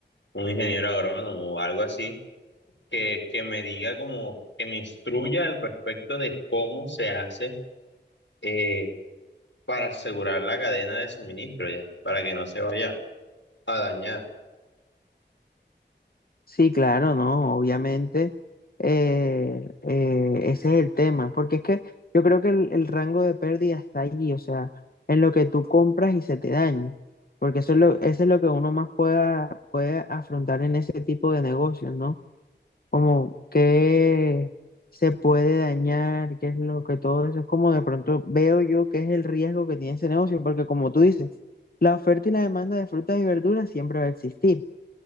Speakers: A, on the left; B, on the left.
A: un ingeniero agrónomo o algo así, que, que me diga como, que me instruya al respecto de cómo se hace eh, para asegurar la cadena de suministro ya, para que no se vaya a dañar.
B: Sí, claro, no, obviamente eh, eh, ese es el tema, porque es que yo creo que el, el rango de pérdida está allí, o sea, en lo que tú compras y se te daña. Porque eso es lo, eso es lo que uno más pueda, puede afrontar en ese tipo de negocios, ¿no? como qué se puede dañar, qué es lo que todo eso es como de pronto veo yo que es el riesgo que tiene ese negocio, porque como tú dices, la oferta y la demanda de frutas y verduras siempre va a existir.